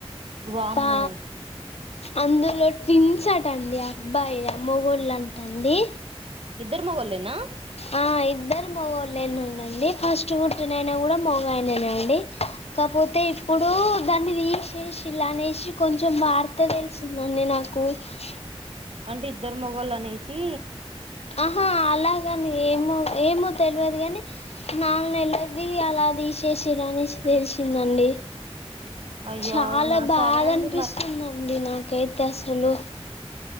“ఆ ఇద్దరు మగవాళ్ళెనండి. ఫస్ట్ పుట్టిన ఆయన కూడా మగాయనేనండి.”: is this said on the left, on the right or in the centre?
Left